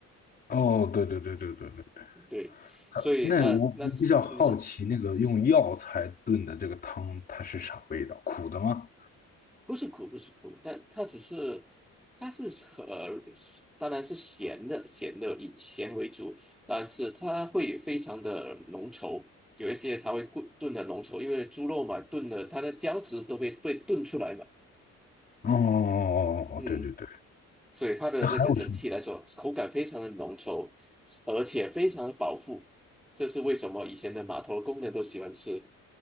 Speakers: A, on the left; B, in the centre.
A: 哦，对对对对对对对，
B: 对，
A: 它那我我比较好奇，
B: 所以那那是你说。
A: 那个用药材炖的这个汤，它是啥味道？苦的吗？
B: 不是苦，不是苦，但它只是，它是呃，当然是咸的，咸的以咸为主，但是它会非常的浓稠，有一些它会炖炖的浓稠，因为猪肉嘛，炖的它的胶质都被被炖出来嘛，
A: 哦哦哦哦，
B: 嗯，
A: 哦对对对，
B: 所以它的那个整体来说，
A: 那还有什么？
B: 口感非常的浓稠，而且非常的饱腹，这是为什么以前的码头工人都喜欢吃。